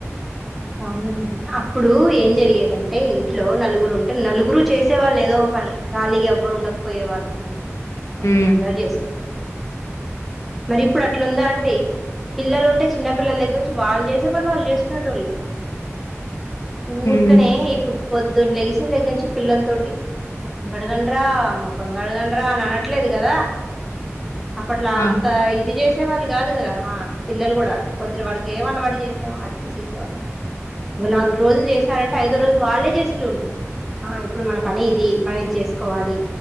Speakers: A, in the centre; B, on the left (about 85°).
A: అవునండి అప్పుడు ఏం జరిగేదంటే ఇంట్లో నలుగురు ఉంటే నలుగురు చేసే వాళ్ళు ఏదో ఒక పని ఖాళీగా ఎవ్వరు ఉండకపోయే వాళ్ళండి
B: హ్మ్
A: అందరు చేసుకునేవా మరి ఇప్పుడు అట్లుందా అండి పిల్లలు ఉంటే చిన్నపిల్లల దగ్గర నుంచి వాళ్ళు చేసే పనులు వాళ్ళు చేసుకునేట్ వాళ్ళు
B: హ్మ్
A: ఊర్కనే ఇప్పుడు పొద్దున్న లెగిసి దగ్గర నుంచి పిల్లల తోటి ముఖం కడగండరా ముఖం కడగండరా అని అనట్లేదు కదా అప్పట్లా
B: ఆ
A: ఇది చేసే వాళ్ళు కాదు కదా ఆ పిల్లలు కూడా పొద్దురు వాడికి ఏం వాడి చేసామో అది చేసేసేవాళ్ళు ఇ నాలుగు రోజులు చేసారంటే ఐదో రోజులు వాళ్ళే చేసేటళ్ళు ఆ ఇప్పుడు మన పని ఇది మనం ఇది చేసుకోవాలి